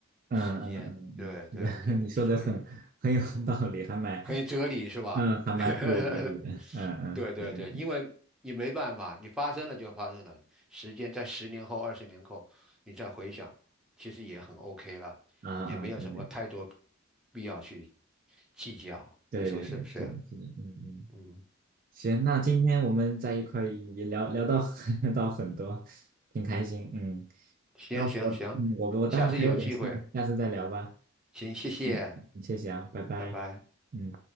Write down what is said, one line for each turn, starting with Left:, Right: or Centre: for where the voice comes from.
Right: 嗯嗯嗯嗯，
Centre: 时间，对对对，
Right: 是的 <laughs> 你说的很很有道理，
Centre: 所以。
Right: 还蛮
Centre: 很有哲理是吧？
Right: 嗯还蛮富有哲理的，
Centre: <laughs>
Right: 嗯嗯对对对
Centre: 对对对，因为你没办法，你发生了就发生了，时间在十年后、二十年后，你再回想，其实也很 OK 了，
Right: 啊啊对对。
Centre: 也没有什么太多必要去计较，
Right: 对对对，
Centre: 你说是不是？
Right: 是的，是的，嗯嗯，
Centre: 嗯，
Right: 行，那今天我们在一块儿也聊聊到 <laughs> 到很多，挺开心，嗯，
Centre: 行行行，
Right: 那我嗯我我待会儿还有点事儿，
Centre: 下次有机会，
Right: 下次再聊吧，
Centre: 行，谢谢，
Right: 嗯，谢谢啊，拜拜，
Centre: 拜拜。
Right: 嗯。